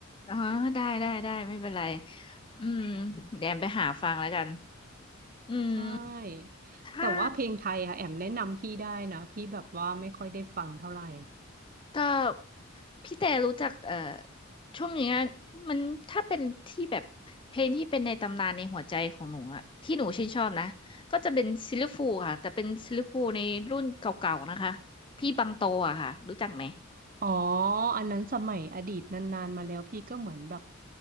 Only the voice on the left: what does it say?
อ๋อได้ได้ได้ไม่เป็นไรอืมแดมไปหาฟังแล้วกันอืม
ถ้า ก็พี่แต่รู้จักเอ่อช่วงนี้อะมันถ้าเป็นที่แบบเพลงที่เป็นในตำนานในหัวใจของหนูอะที่หนูชื่นชอบนะก็จะเป็นซิลลิฟูลค่ะแต่เป็นซิลลิฟูลในรุ่นเก่าๆนะคะพี่บังโตอะค่ะรู้จักไหม